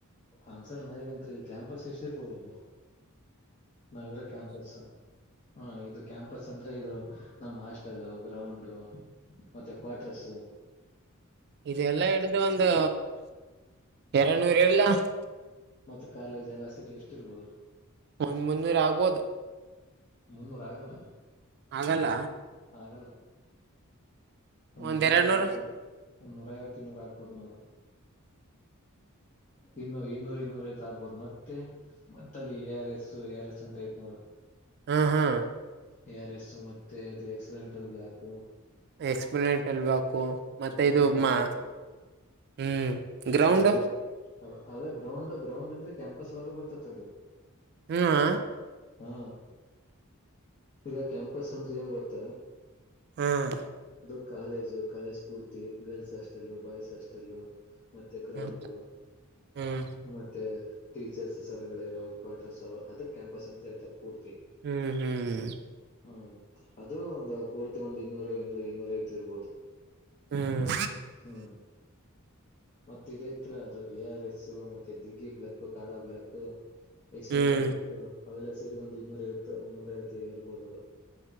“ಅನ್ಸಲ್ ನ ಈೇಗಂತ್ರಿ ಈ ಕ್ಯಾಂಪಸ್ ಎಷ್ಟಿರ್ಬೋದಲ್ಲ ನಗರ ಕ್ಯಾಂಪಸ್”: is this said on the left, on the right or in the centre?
Left